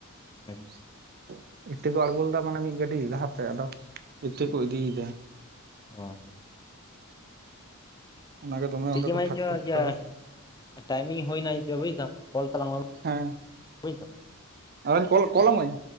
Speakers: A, on the left; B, on the right.
A: ᱟᱪᱪᱷᱟ
B: ᱾ ᱤᱴᱟᱹ ᱠᱚ ᱟᱬᱜᱳ ᱞᱮᱫᱟ ᱢᱟᱱᱮ ᱢᱤᱫ ᱜᱟᱹᱰᱤ ᱞᱟᱦᱟᱛᱮ ᱟᱫᱚ ᱤᱴᱟᱹ ᱠᱚ ᱤᱫᱤᱭᱮᱫᱟ ᱾
A: ᱦᱩᱸ
B: ᱚᱱᱟᱜᱮ ᱫᱚᱢᱮ
A: ᱴᱷᱤᱠ
B: ᱚᱸᱰᱮ
A: ᱜᱮ
B: ᱠᱚ
A: ᱢᱮᱪᱚ
B: ᱴᱷᱟᱠ ᱴᱷᱩᱠ
A: ᱤᱭᱟᱹ
B: ᱠᱟᱫᱟ
A: ᱴᱟᱭᱤᱢᱤᱝ ᱦᱩᱭᱱᱟ ᱵᱩᱡᱫᱟᱢ ᱠᱚᱞ ᱛᱟᱞᱟᱝ
B: ᱦᱮᱸ
A: <unintelligible>
B: ᱟᱨᱦᱚᱧ ᱠᱚᱞ ᱠᱚᱞ ᱟᱢᱟᱹᱧ?